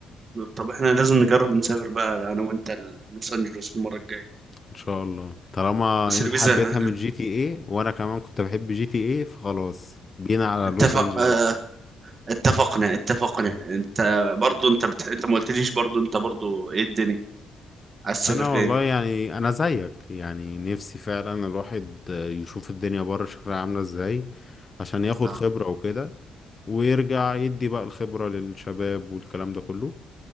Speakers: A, on the right; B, on the left.
A: طب احنا لازم نجرب نسافر بقى انا وانت لوس انجلوس المره الجايه
B: ان شاء الله طالما
A: بس
B: انت
A: الفيزا
B: حبيتها من جي تي ايه وانا كمان كنت بحب جي تي ايه فخلاص بينا على
A: اتفق
B: لوس انجلوس
A: اه،
B: بقى
A: اتفقنا اتفقنا انت برضو انت بتح... انت ما قلتليش برضو انت برضو ايه الدنيا عايز تسافر
B: انا
A: فين
B: والله يعني انا زيك يعني نفسي فعلا الواحد يشوف الدنيا بره شكلها عاملة ازاي عشان ياخد
A: اه
B: خبرة وكده ويرجع يدي بقى الخبرة للشباب والكلام ده كله